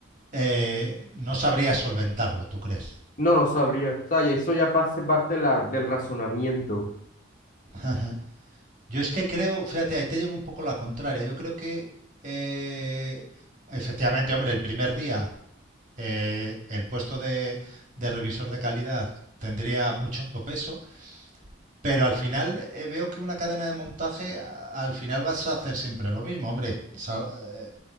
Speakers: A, on the right (about 40°); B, on the left (about 45°).
A: Eh, no sabría solventarlo, ¿tú crees?
B: No, no sabría. O sea, y eso ya pase parte de la- del razonamiento.
A: <laughs> Yo es que creo, fíjate, ahí te llevo un poco la contraria. Yo creo que, eh, efectivamente, hombre, el primer día eh, el puesto de, de revisor de calidad tendría mucho peso, Pero al final eh, veo que una cadena de montaje, a- al final vas a hacer siempre lo mismo, hombre. Sa- eh,